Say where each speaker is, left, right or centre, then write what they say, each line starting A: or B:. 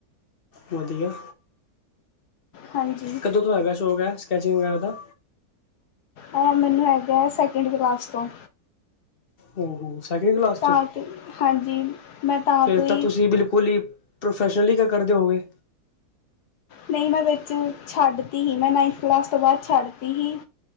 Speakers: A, on the left (about 35°); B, on the left (about 75°).
A: ਵਧੀਆ
B: ਹਾਂਜੀ
A: ਕਦੋਂ ਤੋਂ ਹੈਗਾ ਸ਼ੌਕ ਐ ਸਕੈਚਿੰਗ ਵਗੈਰਾ ਦਾ।
B: ਐ ਮੈਨੂੰ ਹੈਗਾ ਹੈ ਸੈਕਿੰਡ ਕਲਾਸ ਤੋਂ।
A: ਓ ਹੋ ਸੈਕਿੰਡ ਕਲਾਸ
B: ਤਾਂ
A: ਤੋ
B: ਕਿ ਹਾਂਜੀ ਮੈਂ
A: ਫੇਰ
B: ਤੋਂ ਹੀ
A: ਤਾਂ ਤੁਸੀਂ ਬਿਲਕੁਲ ਹੀ। ਪ੍ਰੋਫੈਸ਼ਨਲੀ ਦੇ ਕਰਦੇ ਹੋਗੇ।
B: ਨਈ ਮੈਂ ਵਿੱਚ ਛੱਡਦੀ ਹੀ ਨਾਇੰਥ ਕਲਾਸ ਤੋਂ ਬਾਦ ਛੱਡਤੀ ਹੀ।